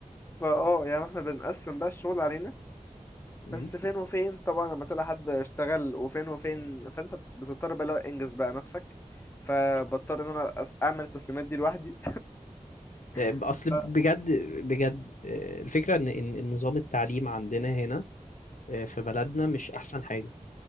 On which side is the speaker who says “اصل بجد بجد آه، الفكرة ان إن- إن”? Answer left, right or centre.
Left